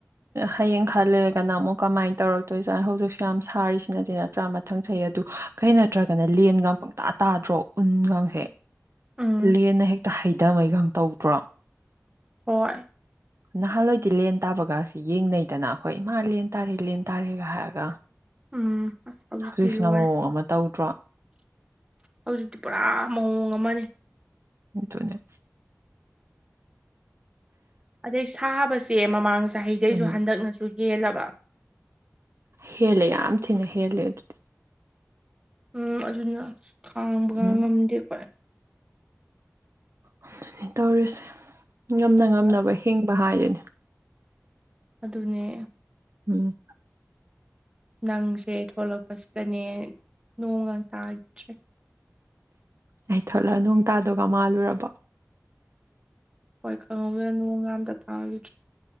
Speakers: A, on the right; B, on the right.
A: ꯍꯌꯦꯡ ꯈꯔ ꯂꯩꯔꯒꯅ ꯑꯃꯨꯛ ꯀꯃꯥꯏꯅ ꯇꯧꯔꯛꯇꯣꯏꯖꯥꯠꯅꯣ ꯍꯧꯖꯤꯛꯁꯨ ꯌꯥꯝ ꯁꯥꯔꯤꯁꯤꯅꯗꯤ ꯅꯠꯇ꯭ꯔꯥ ꯃ ꯃꯊꯪ ꯆꯍꯤ ꯑꯗꯨ ꯀꯔꯤ ꯅꯠꯇ꯭ꯔꯒꯅ ꯂꯦꯟꯒ ꯄꯪꯇꯥ ꯇꯥꯗ꯭ꯔꯣ ꯎꯟꯒꯁꯦ
B: ꯎꯝ
A: ꯂꯦꯟꯅ ꯍꯦꯛꯇ ꯍꯩꯊꯕꯩꯒ ꯇꯧꯗ꯭ꯔꯣ
B: ꯍꯣꯏ
A: ꯅꯍꯥꯟꯋꯥꯏꯗꯤ ꯂꯦꯟ ꯇꯥꯕꯒꯁꯤ ꯌꯦꯡ ꯂꯩꯗꯅ ꯍꯣꯏ ꯏꯃꯥ ꯂꯦꯟ ꯇꯥꯔꯦ ꯂꯦꯟ ꯇꯥꯔꯦꯒ ꯍꯥꯏꯔꯒ
B: ꯎꯝ ꯍꯧꯖꯤꯛꯇꯤ
A: ꯍꯧꯖꯤꯛꯁꯤꯅ
B: ꯂꯣꯢꯔꯦ
A: ꯃꯑꯣꯡ ꯑꯃ ꯇꯧꯗ꯭ꯔꯣ
B: ꯍꯧꯖꯤꯛꯇꯤ ꯄꯨꯔꯥ ꯃꯑꯣꯡ ꯑꯃꯅꯤ
A: ꯑꯗꯨꯅꯦ
B: ꯑꯗꯩ ꯁꯥꯕꯁꯦ ꯃꯃꯥꯡ ꯆꯍꯤꯗꯩꯁꯨ
A: ꯎꯝ
B: ꯍꯟꯗꯛꯅꯁꯨ ꯍꯦꯜꯂꯕ
A: ꯍꯦꯜꯂꯦ ꯌꯥꯝ ꯊꯤꯅ ꯍꯦꯜꯂꯦ ꯑꯗꯨꯗꯤ
B: ꯎꯝ ꯑꯗꯨꯅ ꯈꯥꯡꯕꯒ
A: ꯎꯝ
B: ꯉꯝꯗꯦ ꯑꯈꯣꯏ
A: ꯑꯗꯨꯅꯤ ꯇꯧꯔꯤꯁꯦ ꯉꯝꯅ
B: ꯍꯣꯏ
A: ꯉꯝꯅꯕ ꯍꯤꯡꯕ ꯍꯥꯏꯗꯨꯅꯤ
B: ꯑꯗꯨꯅꯦ
A: ꯎꯝ
B: ꯅꯪꯁꯦ ꯊꯣꯛꯂꯛꯄꯁꯤꯗꯅꯦ ꯅꯣꯡꯒ ꯇꯥꯈꯤꯗ꯭ꯔꯦ
A: ꯑꯩ ꯊꯣꯂꯛꯑꯒ ꯅꯣꯡ ꯇꯥꯗꯧꯒ ꯃꯥꯜꯂꯨꯔꯕꯣ
B: ꯍꯣꯏ ꯈꯪꯍꯧꯗꯅ ꯅꯣꯡ ꯑꯝꯇ ꯊꯥꯈꯤꯗ꯭ꯔꯦ